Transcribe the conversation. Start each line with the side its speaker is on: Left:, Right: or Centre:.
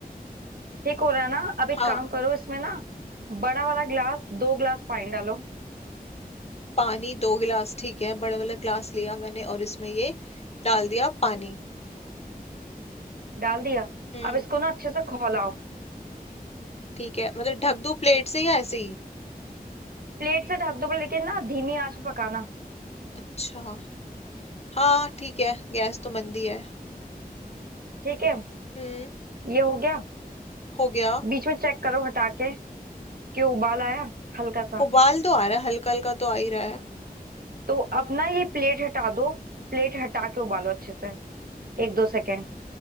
Right: ठीक हो रहा है ना अब एक
Left: हाँ
Right: काम करो इसमें ना बड़ा वाला ग्लास दो ग्लास पानी डालो
Left: पानी दो गिलास ठीक है बड़ा वाला ग्लास लिया मैंने और इसमें ये डाल दिया पानी
Right: डाल दिया
Left: हम्म
Right: अब इसको ना अच्छे से खौलाओ
Left: ठीक है मतलब ढक दूं प्लेट से या ऐसे ही
Right: प्लेट से ढक दो पर लेकिन ना धीमी आंच पे पकाना
Left: अच्छा हाँ ठीक है गैस तो मंदी है
Right: ठीक है
Left: हम्म
Right: ये हो गया
Left: हो गया
Right: बीच में चेक करो हटा के कि उबाल आया हल्का सा
Left: उबाल तो आ रहा है हल्का हल्का तो आ ही रहा है
Right: तो अब ना ये प्लेट हटा दो प्लेट हटा के उबालो अच्छे से एक दो सेकेंड